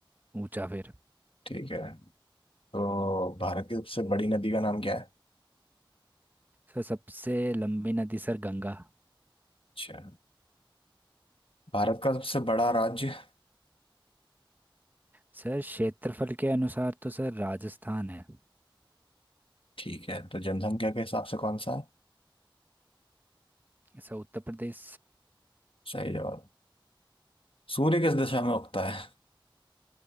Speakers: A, on the right; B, on the left.
A: ऊंचा फिर
B: ठीक है तो भारत की सबसे बड़ी नदी का नाम क्या है
A: सर सबसे लंबी नदी सर गंगा
B: अच्छा भारत का सबसे बड़ा राज्य
A: सर क्षेत्रफल के अनुसार तो सर राजस्थान है
B: ठीक है तो जनसंख्या के हिसाब से कौन सा है
A: सर उत्तर प्रदेश
B: सही जवाब सूर्य किस दिशा में उगता है